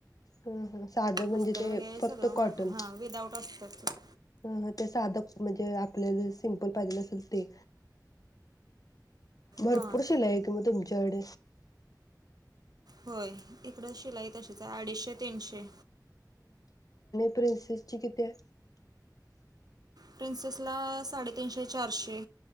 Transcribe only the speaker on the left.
ह ह साध म्हणजे
ते
फक्त
कॉटन
ह ते साधं म्हणजे आपल्याला सिम्पल पाहिजेलं असेल ते भरपूर
शिलाई आहे की मग तुमची जड
प्रिंसिसची किती आहे?